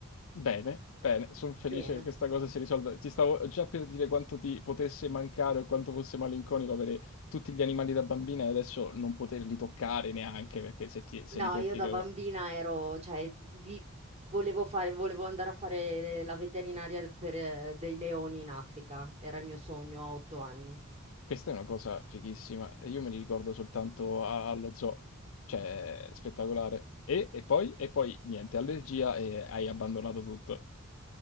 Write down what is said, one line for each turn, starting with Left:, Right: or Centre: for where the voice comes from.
Left: Bene, bene, sono felice
Right: Bene.
Left: che questa cosa si risolva. Ti stavo già per dire quanto ti potesse mancare o quanto fosse malinconico avere tutti gli animali da bambina e adesso non poterli toccare neanche perché se, ti- se
Right: No,
Left: li tocchi,
Right: io da
Left: credo...
Right: bambina ero, cioè, vi- volevo fare, volevo andare a fare le- la veterinaria per eh, dei leoni in Africa, era il mio sogno a otto anni.
Left: questa è una cosa fighissima. e Io me li ricordo soltanto a- allo zoo, cioè spettacolare. E, e poi, e poi niente, allergia e hai abbandonato tutto.